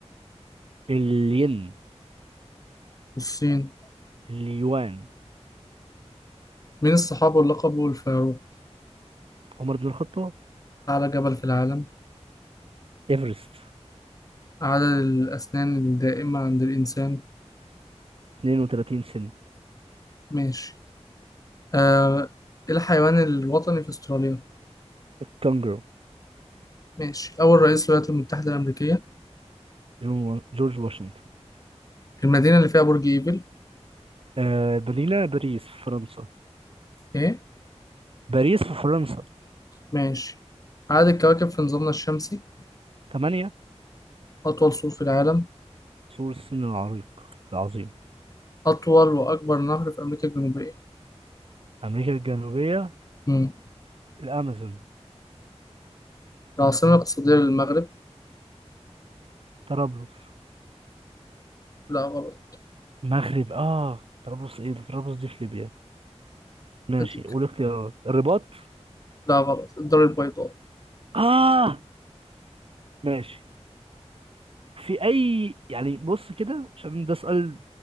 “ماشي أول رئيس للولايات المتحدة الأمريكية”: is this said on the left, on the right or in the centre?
Left